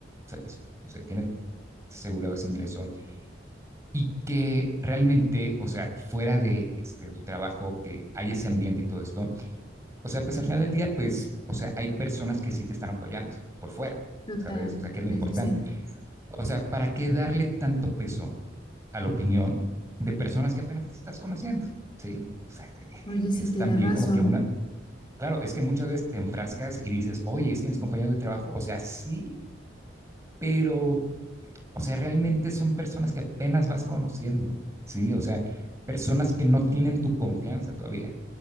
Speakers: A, on the right (about 15°); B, on the left (about 25°).
A: ¿sabes? O sea, tienes asegurado ese ingreso y que realmente, o sea, fuera de este, tu trabajo, que hay ese ambiente y todo esto, o sea, pues al final del día, pues, o sea, hay personas que sí te están apoyando por fuera,
B: total,
A: ¿sabes? O sea, que es lo
B: eso
A: importante.
B: sí.
A: O sea, ¿para qué darle tanto peso a la opinión de personas que apenas estás conociendo, ¿sí? O sea, <laughs>
B: Oye,
A: es
B: sí, tienes
A: también
B: razón.
A: como que una, claro, es que muchas veces te enfrascas y dices, oye, es que mis compañeros de trabajo, o sea, sí, pero, o sea, realmente son personas que apenas vas conociendo, ¿sí? O sea, personas que no tienen tu confianza todavía